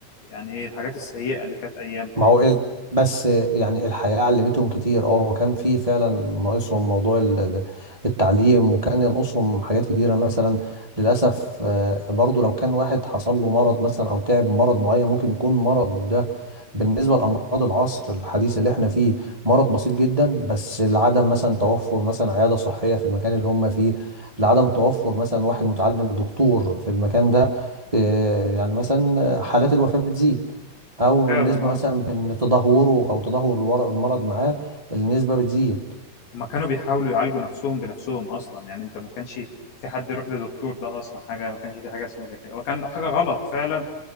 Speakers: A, on the left; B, on the right.
A: يعني ايه الحاجات السيئة اللي كانت ايامها
B: ما هو ال... بس يعني الحياة علمتهم كتير اه هو كان في فعلا ناقصهم موضوع ال- التعليم وكان ينقصهم حاجات كتيرة مثلا للأسف آه، برضو لو كان واحد حصل له مرض مثلا أو تعب من مرض معين ممكن يكون مرض ده بالنسبة لأمراض العصر الحديث اللي احنا فيه مرض بسيط جدا بس لعدم مثلا توفر مثلا عيادة صحية في المكان اللي هم فيه لعدم توفر مثلا واحد متعلم دكتور في المكان ده آه، يعني مثلا حالات الوفاة بتزيد او
A: فعلا
B: النسبه
A: هذا
B: مثلا بين تدهوره او تدهور الور- المرض معاه النسبه بتزيد
A: هما كانوا بيحاولوا يعالجوا نفسهم بنفسهم اصلا يعني انت ما كانش في حد يروح لدكتور ده اصلا حاجة ما كانش في حاجة اسمها زي كده وكان ده حاجة غلط فعلا